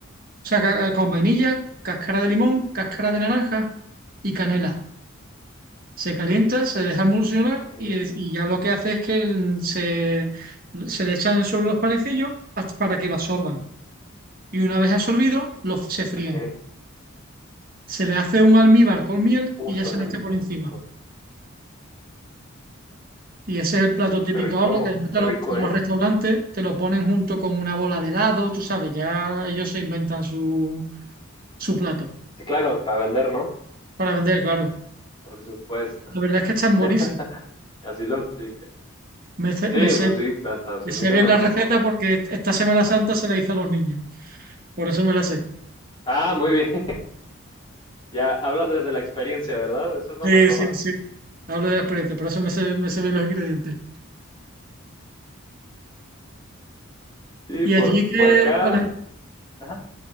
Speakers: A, on the right (about 45°); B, on the left (about 20°).
A: o sea, ca- eh, con vainilla, cáscara de limón, cáscara de naranja y canela. Se calienta, se deja emulsionar
B: ok,
A: y, es- y ya lo que hace es que el- se, se le echan sobre los panecillos hasta- para que lo absorban. Y una vez absorbido, los, se fríen.
B: ok.
A: Se le hace un almíbar con miel
B: Uh,
A: y
B: suena
A: ya se le
B: rico.
A: echa por encima.
B: Ah,
A: Y ese es el plato típico
B: Qué rico,
A: ahora, que no te
B: qué
A: lo-
B: rico,
A: los
B: ¿eh?
A: restaurantes te lo ponen junto con una bola de helado, tú sabes, ya ellos se inventan su, su plato
B: Sí, claro, para vender, ¿no?
A: para vender, claro.
B: Por supuesto.
A: La verdad es que están
B: <laughs>
A: buenísimos.
B: Así lo aplica.
A: Me, sé-
B: Sí,
A: me, sé,
B: pues sí, hasta pues,
A: me
B: a
A: sé
B: mí se
A: bien
B: me
A: la
B: antojó.
A: receta porque esta Semana Santa
B: Ah,
A: se la hice a los niños, por eso me la sé.
B: ah, muy bien. <laughs> Ya hablas desde la experiencia, ¿verdad? Eso es lo
A: Sí,
B: mejor.
A: sí, sí. Hablo de la experiencia, por eso me sé, me sé bien los ingredientes.
B: Sí,
A: ¿Y
B: por,
A: allí que
B: por acá.
A: cuál es?
B: Ajá.